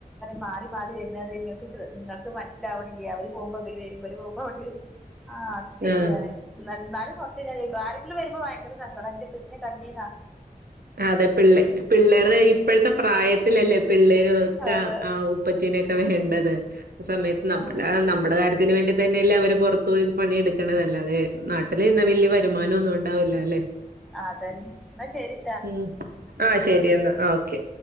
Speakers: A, in the centre; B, on the right.
A: മാറി മാറി വര്ന്നത് നിങ്ങക്ക് ങ്ങക്ക് മനസ്സിലാവണില്ല അവര് പോകുമ്പോ ഇവര് വരും ഇവര് പോക്മ്പൊ അവര് വരും ആഹ് അത് ശരിയാണ്
B: ആഹ്
A: ന്നാലു ന്നാലും കൊർച്ചയ്ഞ ചോയ്ക്കും ആരെങ്കിലും വരുമ്പൊ ഭയങ്കര സങ്കട ന്റെ പച്ചീനെ കണ്ടീന
B: അതെ പിള്ളേ പിള്ളേര്ടെ പ്പഴത്തെ പ്രായത്തിലല്ലേ പിള്ളേർ ഒക്കെ
A: അതെ
B: ആവു പ്പച്ചീനൊക്കെ വേണ്ടത് സമയത്ത് നമ്മ
A: ആ
B: നമ്മടെ കാര്യത്തിന് വേണ്ടി തന്നെല്ലേ അവര് പൊർത്തു പോയി പണിയട്ക്കണത് അല്ലാതെ നാട്ടില് ന്നാ വല്ല്യെ വരുമാനം ഒന്നും ണ്ടാവില്ല ല്ലേ
A: അതന്നെ ന്നാ ശരി
B: ഉം ആഹ് ശരി എന്നാ ഓക്കെ